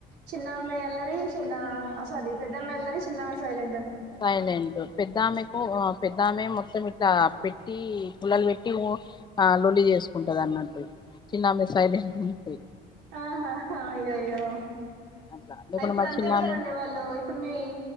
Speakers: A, on the right; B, on the left.
A: చిన్నమే అల్లరి చేన్ ఆ స్వారీ పెద్దామే అల్లరీ చిన్నామె సైలెంటు
B: సైలెంటు పెద్దామెకు ఉ ఆ పెద్దామె మో మొత్తమీట్లా పెట్టి పుల్లల్ పెట్టి ఓన్ ఆ లోల్లి జేస్సుకుంటదన్నట్టు చిన్నామే సైలట్ ఉంటై
A: ఆహాహా అయ్యోయ్యో
B: అట్లా లేకుంటే
A: ఐ ఇప్పుడంతే
B: మా చిన్నామె
A: ఉంటారండి వాళ్ళు ఇప్పుడు మీ